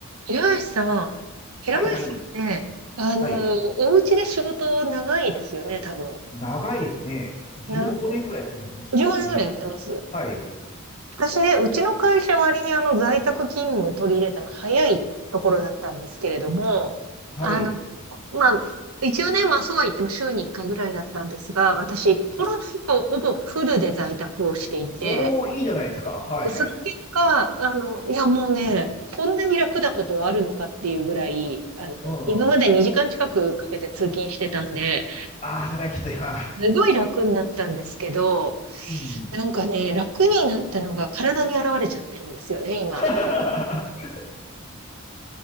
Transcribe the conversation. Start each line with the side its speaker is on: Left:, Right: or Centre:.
Right: 平林さん、平林さんって、
Left: はいはい。
Right: あの、
Left: はい。
Right: お家で仕事長いですよね、多分。
Left: 長いですね。15年ぐらいやってますね、
Right: な、
Left: し家で。
Right: 10年ぐらいやってます。
Left: はい。
Right: 私ね、うちの会社割にあの、在宅勤務取り入れたの早いところだったんですけれども、
Left: はい。
Right: あの、まあ、一応ね、まあそうは言っても週に1回ぐらいだったんですが、私、
Left: はい。
Right: コロナ以降ほぼフルで在宅をしていて、
Left: おー、いいじゃないですか。はいはい。
Right: で、その結果、あの、いや、もうね、こんなに楽なことはあるのかっていうぐらい、あの、
Left: うんうん。
Right: 今まで2時間近くかけて通勤してたんで、
Left: ああ、それはきつい。はあ
Right: すごい楽になったんですけど、
Left: うん。
Right: なんかね、楽になったのが体に現れちゃってるんですよね、今。
Left: <laughs>